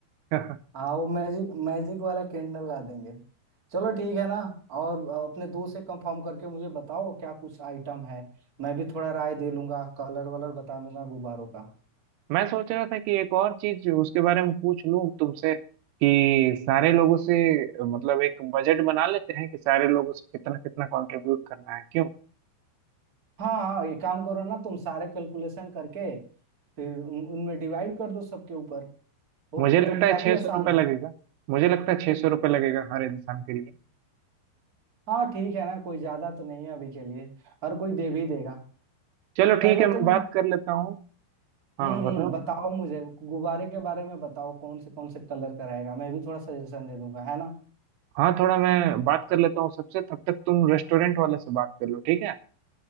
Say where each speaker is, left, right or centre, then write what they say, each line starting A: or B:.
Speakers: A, on the right; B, on the right.
A: <laughs>
B: हाँ वो मैजिक मैजिक वाला कैंडल ला देंगे चलो ठीक है ना और अ, अपने दोस्त से कंफर्म करके मुझे बताओ क्या कुछ आइटम है मैं भी थोड़ा राय दे लूंगा कलर वलर बता दूंगा गुब्बारों का
A: मैं सोच रहा था कि एक और चीज उसके बारे में पूछ लूं तुमसे कि सारे लोगों से मतलब एक बजट बना लेते हैं कि सारे लोगों से कितना कितना कंट्रीब्यूट करना है क्यों
B: हाँ हाँ ये काम करो ना तुम सारे कैलकुलेशन करके फिर उन, उनमें डिवाइड कर दो सबके ऊपर वो,
A: मुझे
B: वो
A: लगता
B: तो
A: है
B: काफी
A: छह
B: आसान
A: सौ रुपये
B: है
A: लगेगा मुझे लगता है छह सौ रुपये लगेगा हर इंसान के लिए
B: हाँ ठीक है ना कोई ज्यादा तो नहीं है अभी के लिए हर कोई दे भी देगा
A: चलो
B: पहले
A: ठीक है मैं
B: तुम
A: बात कर लेता हूँ हाँ
B: हम्म
A: बताओ
B: हम्म बताओ मुझे गुब्बारे के बारे में बताओ कौन से कौन से कलर का रहेगा मैं भी थोड़ा सजेशन दे दूंगा है ना
A: हाँ थोड़ा मैं बात कर लेता हूँ सबसे तब तक तुम रेस्टोरेंट वाले से बात कर लो ठीक है